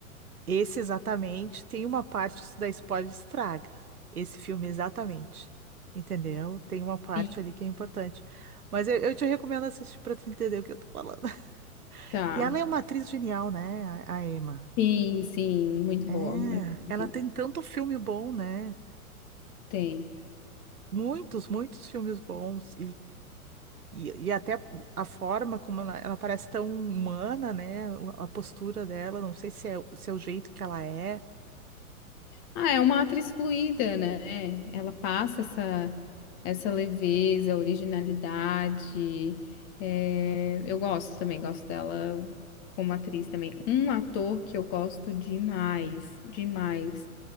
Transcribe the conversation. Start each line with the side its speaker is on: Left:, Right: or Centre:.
Right: esse exatamente tem uma parte que se dá spoiler estraga. Esse filme exatamente. Entendeu? Tem uma parte
Left: Sim,
Right: ali que é importante. Mas eu, eu te recomendo assistir para tu entender o que eu tô falando. <laughs>
Left: tá.
Right: E ela é uma atriz genial, né, a, a Emma?
Left: Sim, sim, muito
Right: É,
Left: boa, muito
Right: ela
Left: boa.
Right: tem tanto filme bom, né?
Left: Tem.
Right: Muitos, muitos filmes bons E, e até a forma como ela, ela parece tão humana, né? A postura dela, não sei se é, o- se é o jeito que ela é.
Left: Ah, é uma atriz fluida, né? Ela passa essa, essa leveza, originalidade. É, eu gosto também, gosto dela como atriz também. Um ator que eu gosto demais, demais.